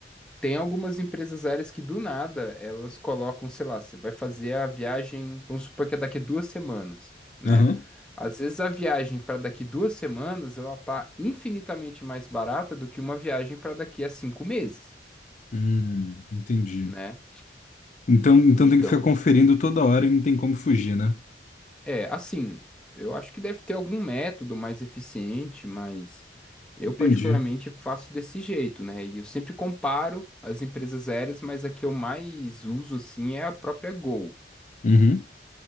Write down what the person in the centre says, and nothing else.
Tem algumas empresas aéreas que do nada elas colocam, sei lá, você vai fazer a viagem, vamos supor que é daqui duas semanas, né?
Às vezes a viagem para daqui duas semanas ela tá infinitamente mais barata do que uma viagem para daqui a cinco meses,
né?
Então,
é assim, eu acho que deve ter algum método mais eficiente, mas eu
particularmente faço desse jeito, né? E eu sempre comparo as empresas aéreas, mas a que eu mais uso assim é a própria Gol.